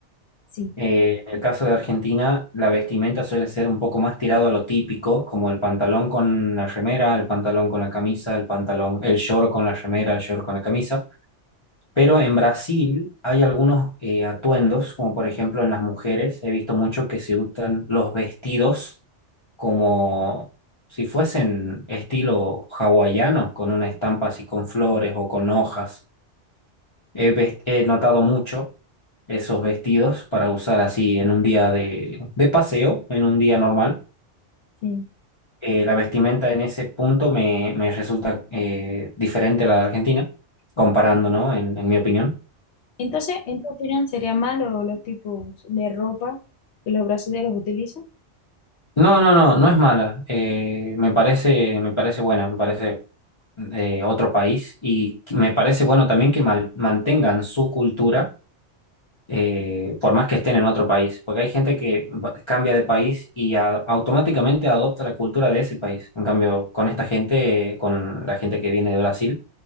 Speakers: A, on the left; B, on the left.
A: Sí,
B: Eh, en el caso de Argentina, la vestimenta suele ser un poco más tirado a lo típico, como el pantalón con la remera, el pantalón con la camisa, el pantalón, el short con la remera, el short con la camisa. Pero en Brasil hay algunos eh, atuendos, como por ejemplo en las mujeres, he visto mucho que se usan los vestidos como si fuesen estilo hawaiano, con una estampa así con flores o con hojas. He, ves- he notado mucho esos vestidos para usar así en un día de, de paseo, en un día normal.
A: sí.
B: Eh, la vestimenta en ese punto me, me resulta eh, diferente a la de Argentina, comparando, ¿no? En, en mi opinión.
A: Entonces, ¿en tu opinión sería malo los tipos de ropa que los brasileños utilizan?
B: No, no, no, no es mala. Eh, me parece, me parece buena, me parece eh, otro país y me parece bueno también que ma- mantengan su cultura eh, por más que estén en otro país, porque hay gente que va- cambia de país y a- automáticamente adopta la cultura de ese país. En cambio, con esta gente, eh, con la gente que viene de Brasil,